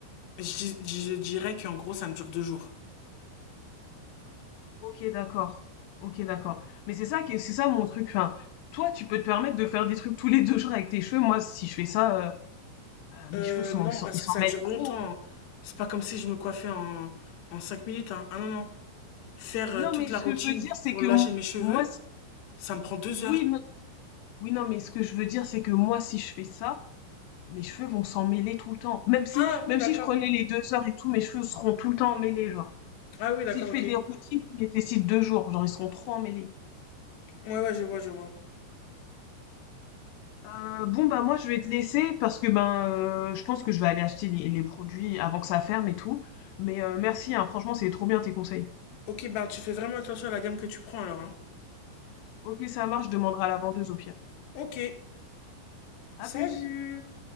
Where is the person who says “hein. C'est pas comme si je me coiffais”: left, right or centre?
Left